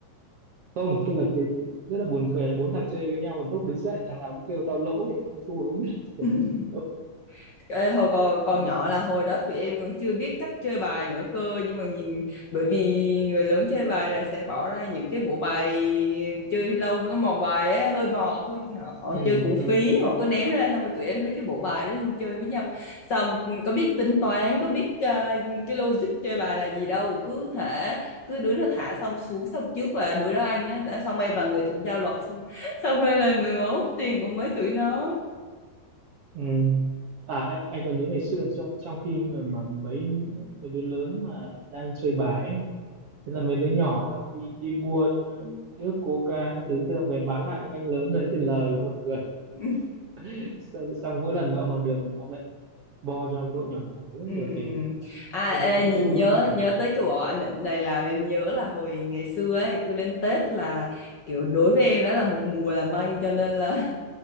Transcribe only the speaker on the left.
Ừ. <laughs>
Ê, hồi còn, còn
nhỏ
là hồi đó tụi em còn chưa biết cách chơi bài nữa cơ nhưng mà nhìn bởi vì người lớn chơi bài là sẽ bỏ ra những cái bộ bài chơi lâu nó mòn bài ấy hơi mòn thôi chứ họ, họ
chơi cũng
phí họ cứ ném ra xong rồi tụi em lấy cái bộ bài đó đi chơi với nhau xong có biết tính toán có biết ờ, cái logic chơi bài là gì đâu cứ hả cứ đứa nó thả xong xuống xong trước là đứa đó ăn á đã- xong em là người tự giao luật xong xong em là người mà hút tiền của mấy tụi nó
ừ.
Ừ.
ừ.
À,
ê,
nh-
nhớ
nhớ tới cái bộ ảnh định này làm em nhớ là hồi ngày xưa ấy cứ đến Tết là kiểu đối với em đó là một mùa làm anh cho nên là